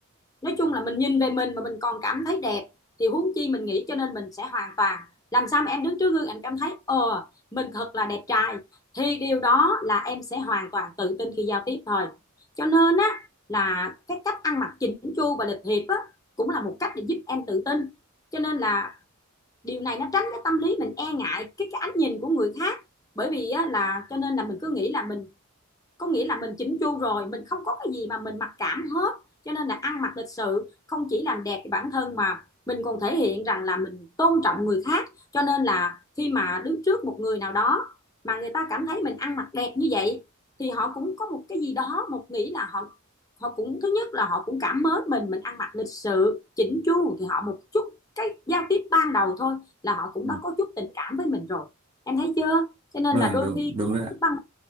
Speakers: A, on the left; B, on the right.
A: nói chung là mình nhìn về mình mà mình còn cảm thấy đẹp thì huống chi mình nghĩ cho nên mình sẽ hoàn toàn làm sao mà em đứng trước gương em cảm thấy ờ mình thật là đẹp trai thì điều đó là em sẽ hoàn toàn tự tin khi giao tiếp thôi cho nên á là cái cách ăn mặc chỉnh chu và lịch thiệp á cũng là một cách để giúp em tự tin cho nên là điều này nó tránh cái tâm lý mình e ngại cái cái ánh nhìn của người khác bởi vì á, là cho nên là mình cứ nghĩ là mình có nghĩa là mình chỉnh chu rồi mình không có cái gì mà mình mặc cảm hết cho nên là ăn mặc lịch sự không chỉ làm đẹp cho bản thân mà mình còn thể hiện rằng là mình tôn trọng người khác cho nên là khi mà đứng trước một người nào đó mà người ta cảm thấy mình ăn mặc đẹp như vậy thì họ cũng có một cái gì đó một nghĩ là họ họ cũng thứ nhất là họ cũng cảm mến mình mình ăn mặc lịch sự chỉnh chu thì họ một chút cái giao tiếp ban đầu thôi là họ cũng
B: Ừ.
A: đã có chút tình cảm với mình rồi em thấy chưa cho nên
B: vâng
A: là đôi
B: đúng
A: khi
B: đúng rồi ạ
A: văn